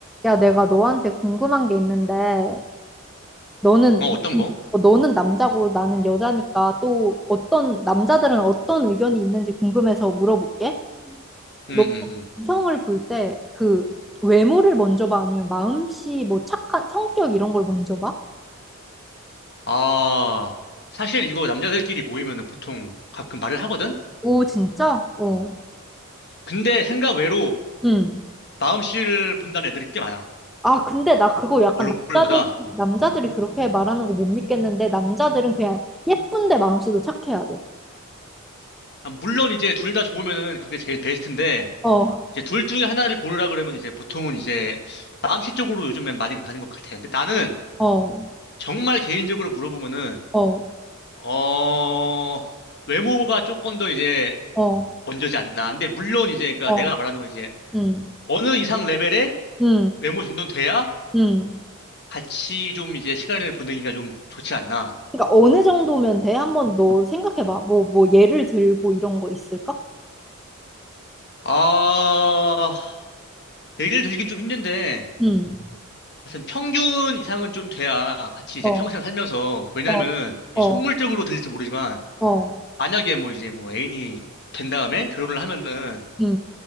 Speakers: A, in the centre; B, on the left.
A: 야, 내가 너한테 궁금한 게 있는데, 너는,
B: 어, 어떤 거?
A: 어, 너는 남자고 나는 여자니까 또 어떤, 남자들은 어떤 의견이 있는지 궁금해서 물어볼게.
B: 응응응
A: 너 이성을 볼 때 그 외모를 먼저 봐? 아니면 마음씨, 뭐 착한 성격 이런 걸 먼저 봐?
B: 아, 사실 이거 남자들끼리 모이면은 보통 가끔 말을 하거든?
A: 오, 진짜? 어.
B: 근데 생각 외로
A: 응.
B: 마음씨를 본다는 애들이 꽤 많아.
A: 아, 근데 나 그거 약간
B: 얼굴보다.
A: 남자들, 남자들이 그렇게 말하는 거 못 믿겠는데, 남자들은 그냥 예쁜데 마음씨도 착해야 돼.
B: 아, 물론 이제 둘 다 좋으면은 그게 제일 베스트인데,
A: 어,
B: 이제 둘 중에 하나를 고르라 그러면 이제 보통은 이제 마음씨 쪽으로 요즘엔 많이 가는 것 같아. 근데 나는
A: 어,
B: 정말 개인적으로 물어보면은,
A: 어,
B: 어, 외모가 조금 더 이제
A: 어,
B: 먼저지 않나. 근데 물론 이제 그러니까
A: 어.
B: 내가 말하는 건 이제
A: 응
B: 어느 이상 레벨의
A: 응
B: 외모 정도는 돼야
A: 응
B: 같이 좀 이제 시간을 보내기가 좀 좋지 않나.
A: 그러니까 어느 정도면 돼? 한번 너 생각해봐. 뭐, 뭐 예를 들고 이런 거 있을까?
B: 아, 내일 들긴 좀 힘든데,
A: 응
B: 하여튼 평균 이상은 좀 돼야 같이 이제
A: 어,
B: 평생 살면서, 왜냐면은,
A: 어,
B: 이
A: 어,
B: 속물적으로 들릴지 모르지만,
A: 어,
B: 만약에 뭐 이제 뭐 애인이 된 다음에 결혼을 하면은,
A: 응